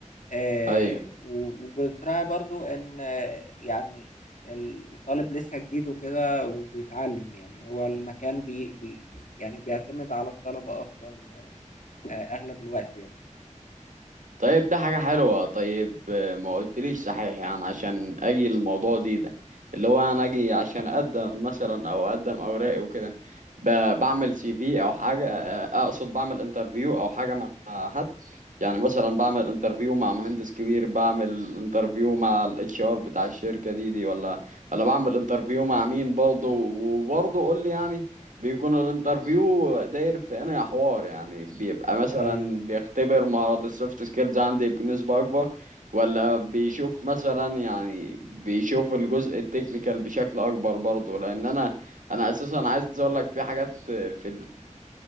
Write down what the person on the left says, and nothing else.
آه،
و- وبتراعي برضو ان آه، يعني الطالب لسه جديد وكده وبيتعلم يعني هو المكان بي بي يعني بيعتمد على الطلبة اصلا آه، اغلب الوقت يعني
أيوه، أيوه.